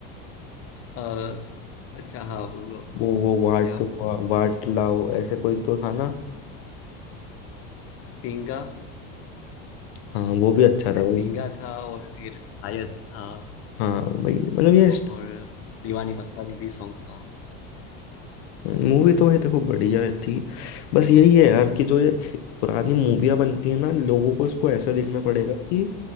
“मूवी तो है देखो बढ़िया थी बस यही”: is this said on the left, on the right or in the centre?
Left